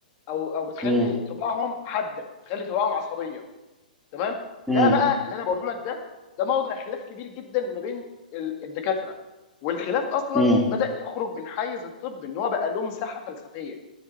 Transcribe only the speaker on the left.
او او بتخلي
طباعهم حاده بتخلي طباعهم عصبيه تمام
ده
بقى اللي انا بقوله لك ده ده موضع خلاف كبير جدا ما بين ال- الدكاتره والخلاف اصلا
بدا يخرج من حيز الطب ان هو بقى له مساحه فلسفيه